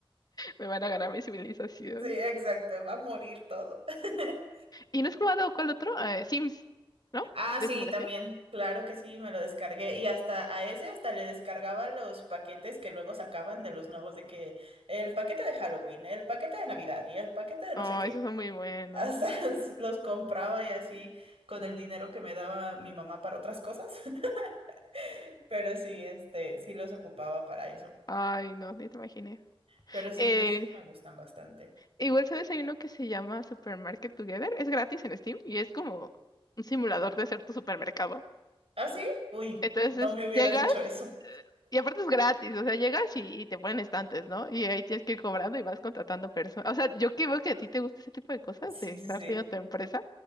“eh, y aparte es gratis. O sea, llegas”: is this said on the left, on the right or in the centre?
Left